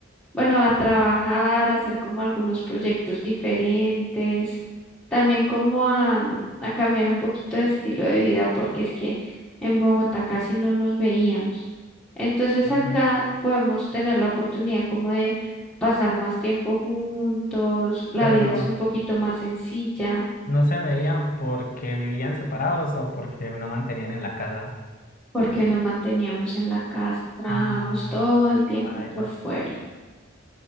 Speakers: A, in the centre; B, on the left.
A: bueno, a trabajar, a hacer como algunos proyectos diferentes, también como a, a cambiar un poquito de estilo de vida porque es que en Bogotá casi no nos veíamos. Entonces
B: Mm.
A: acá podemos tener la oportunidad como de pasar más tiempo juntos, la
B: Pero
A: vida es un poquito más sencilla.
B: no se veían porque vivían separados o porque no mantenían en la casa.
A: porque nos manteníamos en la casa, trabajamos
B: Ah,
A: todo
B: no.
A: el tiempo
B: Bailas.
A: por fuera.